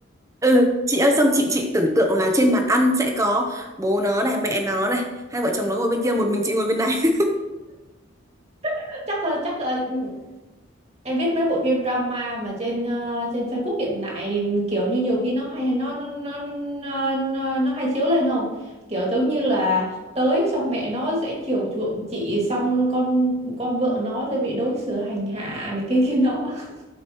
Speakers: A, on the right (about 15°); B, on the right (about 30°).
A: ừ chị ơi xong chị chị tưởng tượng là trên bàn ăn sẽ có bố nó này mẹ nó này hai vợ chồng nó ngồi bên kia một mình chị ngồi bên này <laughs>
B: <laughs> Chắc là chắc là ừ, Em biết mấy bộ phim drama mà trên ờ, trên Facebook hiện tại kiểu như nhiều khi nó hay nó nó nó nó, nó, nó hay chiếu lên không? Kiểu giống như là tới xong mẹ nó sẽ chiều chuộng chị xong con con vợ nó sẽ bị đối xử hành hạ này kia kia nọ. <laughs>